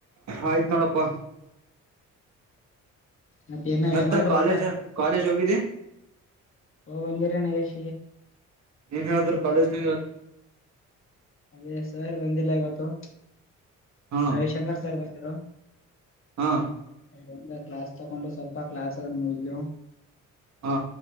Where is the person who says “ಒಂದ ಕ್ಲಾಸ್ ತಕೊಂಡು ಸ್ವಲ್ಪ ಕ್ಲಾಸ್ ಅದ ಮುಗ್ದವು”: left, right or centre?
Left